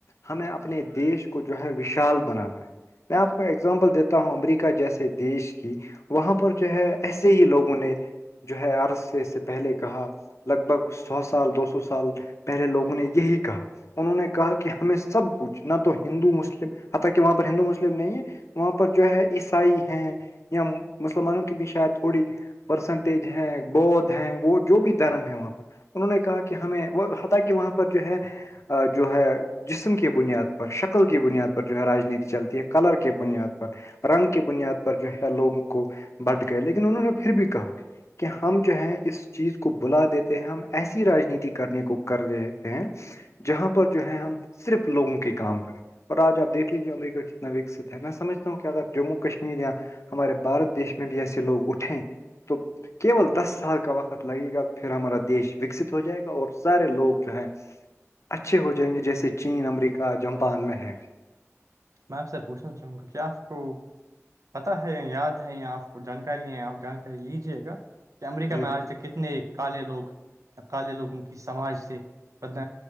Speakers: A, on the left (about 65°); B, on the right (about 85°).
A: ہمیں اپنے دیش کو جو ہے وشال بنانا ہے میں آپ کو ایگزامپل دیتا ہوں امریکہ جیسے دیش کی وہاں پر جو ہے ایسے ہی لوگوں نے جو ہے عرض سے سے پہلے کہا لگ بھگ سو سال دو سو سال پہلے لوگوں نے یہی کہا انہوں نے کہا کہ ہمیں سب کچھ نہ تو ہندو مسلم حتا کہ وہاں پر ہندو مسلم نہیں ہے وہاں پر جو ہے عیسائی ہیں یا مسلمانوں کی بھی شاید تھوڑی پرسنٹیج ہے بھ ہے وہ جو بھی دھرم ہے وہاں پر انہوں نے کہا کہ ہمیں وہ حت کہہ وہاں پر جو ہے جو ہے جسم کی بنیاد پر شکل کی بنیاد پر جو ہے راجنیتی چلتی ہے کلر کی بنیاد پر رنگ کی بنیاد پر جو ہے لوگوں کو بٹ گئے لیکن انہوں نے پھر بھی کہا کہ ہم جو ہے اس چیز کو بلا دیتے ہیں ہم ایسی رانیتی کرنے کو کر رہتے ہیں جہاں پر جو ہے ہم صرف لوگوں کے کام کریں اور آج آپیکھ لیجیے امریکہ کتنا وکست ہے میں سمجھتا ہوں کہ اگر جموں کشمیر یا ہمارے بارت دیش میں بھی ایسے لوگ اٹھے تو کیول دس سال کا وقت لگے گا پھر ہمارا دیش وکست ہو جائے گا اور سارے لوگ جو ہے اچھے ہو جائیں گے جیسے چین امریکہ جاپان میں ہے
B: میں آپ سے پوچھنا چاہوں گا کیا آپ کو پتا ہے یاد ہے یا آپ کو جانکاری ہے آپ جانکاری لیجیے گا کہ امریکہ
A: جی
B: میں آج تک کتنے کالے لوگ اکالے لوگوں کی سماج سےدھ